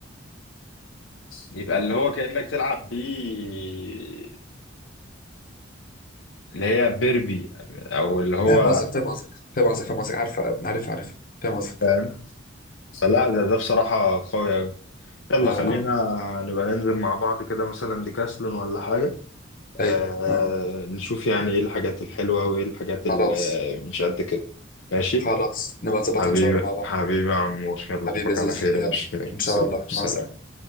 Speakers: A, on the left (about 70°); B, on the left (about 45°).
A: يبقى اللي هو كأنك تلعب بيه اللي هي بيربي او اللي هو
B: فاهم قصدك فاهم قصدك فاهم قصدك فاهم قصدك عارف عارف عارف فاهم قصدك
A: فاهم فلا ده ده بصراحة قوي أوي يلا
B: اه
A: خلينا
B: اه
A: نبقى ننزل مع بعض كده مثلا ديكاسلون ولا حاجة
B: ايوه
A: آه
B: اه
A: نشوف يعني ايه الحاجات الحلوة وايه الحاجات اللي
B: خلاص
A: مش قد كده ماشي
B: خلاص نبقى نظبطها
A: حبيبي
B: ان شاء الله مع بعض
A: حبيبي يا عمور يلا
B: حبيبي
A: اشوفك
B: يا زيزو
A: على خير
B: يلا
A: يا مش
B: ان شاء
A: سلام
B: الله
A: سلام
B: مع السلامه